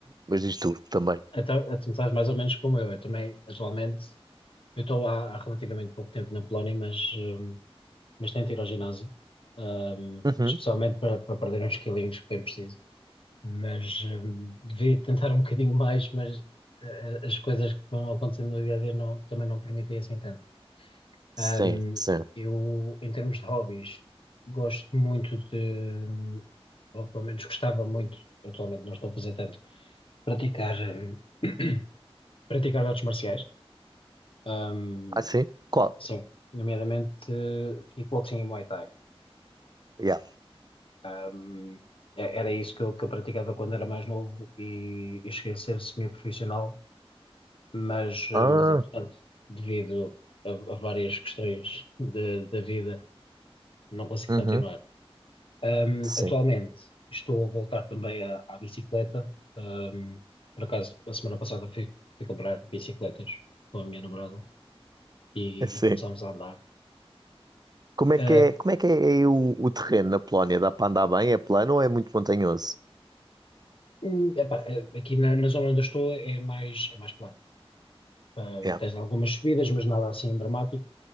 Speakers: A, on the right; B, on the left.
A: Mas diz tu também.
B: Então, tu estás mais ou menos como eu. Eu também, atualmente, eu estou há, há relativamente pouco tempo na Polónia, mas, hum, mas tento ir ao ginásio, hum,
A: Uhum.
B: especialmente para, para perder uns quilinhos que bem preciso. mas hum, devia tentar um bocadinho mais, mas eh, eh, as coisas que vão acontecendo no dia a dia não, também não permitem assim tanto.
A: Sim,
B: Hum,
A: sim.
B: eu, em termos de hobbies, gosto muito de, ou pelo menos gostava muito, atualmente não estou a fazer tanto, praticar, hum, <coughs> <clears throat> praticar artes marciais. Hum,
A: Ah, sim? Qual?
B: sim, nomeadamente eh, kickboxing e Muay Thai.
A: Yeah.
B: Hum, é- era isso que eu, que eu praticava quando era mais novo e, e cheguei a ser semi-profissional mas, eh,
A: Ah,
B: mas entretanto, devido a, a várias questões de- da vida, não consegui
A: uhum.
B: continuar. Ahm,
A: Sim,
B: atualmente estou a voltar também à, à bicicleta. Ahm, por acaso, a semana passada fui, fui comprar bicicletas com a minha namorada e,
A: <laughs> sim.
B: e começámos a andar.
A: Como é
B: Ah,
A: que é, como é que é aí o, o terreno na Polónia? Dá para andar bem? É plano ou é muito montanhoso?
B: hum, epá, eh, aqui na, na zona onde eu estou é mais, é mais plano. Ahm,
A: Yeah.
B: tens algumas subidas, mas nada assim dramático.